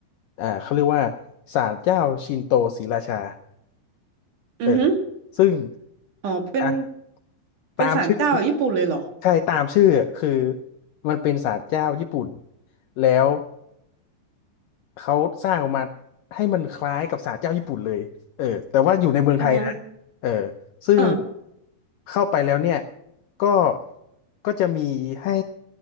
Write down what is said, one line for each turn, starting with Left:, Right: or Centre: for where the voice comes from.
Left: อ่าเขาเรียกว่าศาลเจ้าชินโตศรีราชา
Right: อือฮึ
Left: เออซึ่ง
Right: อ๋อเป็น
Left: อ่ะ
Right: เป็นศาลเจ้าแบบญี่ปุ่นเลยเหรอ
Left: ตามชื่อใช่ตามชื่อคือมันเป็นศาลเจ้าญี่ปุ่นแล้ว เขาสร้างออกมาให้มันคล้ายกับศาลเจ้าญี่ปุ่นเลยเออแต่ว่าอยู่ในเมืองไทยนะ
Right: อือฮึ
Left: เออซึ่ง
Right: เออ
Left: เข้าไปแล้วเนี่ยก็ก็จะมีให้